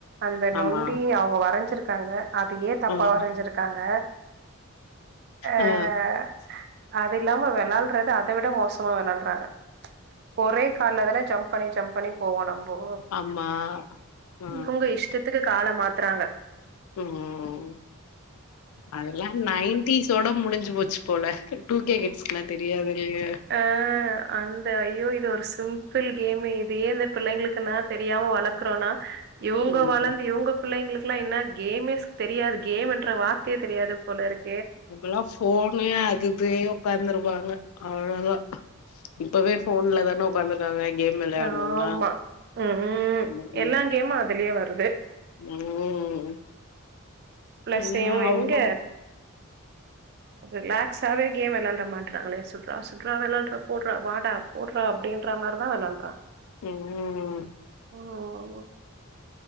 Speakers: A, on the right; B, on the left.
A: அந்த
B: ஆமா
A: நொண்டி அவங்க வர் வறஞ்சிருக்காங்க அதையே தப்பா
B: ம்
A: வரஞ்சிருக்காங்க ஆஹ்
B: ஆ
A: அது இல்லாம விளாடுறது அத விட மோசமா விளாடுறாங்க ஒரே கால்ல தானே ஜம்ப் பண்ணி ஜம்ப் பண்ணி போவோ நம்போ
B: ஆமா ஆ
A: இவங்க இஷ்டத்துக்கு கால மாத்துறாங்க
B: ம் ம் அதெல்லா நைன்டிஸ்சோட முடிஞ்சு போச்சு போல டூ கே கிட்ஸ்குலா தெரியாதுலங்க
A: ஆஹ் அந்த ஐயோ இது ஒரு சிம்பிள் கேமு இதையே இந்த பிள்ளைங்களுக்கு நான் தெரியாம வளக்றோனா இவங்க
B: ம்
A: வளந்து இவங்க பிள்ளைங்களுக்கு எல்லாம் என்ன கேமே தெரியாது கேம் என்ற வார்த்தையே தெரியாது போல இருக்கு
B: இப்பெல்லா ஃபோனே அதிவே உட்காந்துருவாங்க <unintelligible> இப்பவே ஃபோன்ல்லதான் உக்கா <unintelligible> கேம் விளையாடுவோம்னா
A: ஆமா ம்
B: ம்ம்
A: எல்லா கேமு அதுலயே வருது
B: ம்
A: ப்ளஸ்ஸயும்
B: அது அவங்க
A: எங்க ரிலாக்ஸ்ஸாவே கேம் வெளா ட மாட்றாங்களே சுட்ரா சுட்ரா வெளாட்றா போட்ற வாடா ப அப்டின்ற மாரிதான் வெளாடு
B: ம்ம்
A: ம்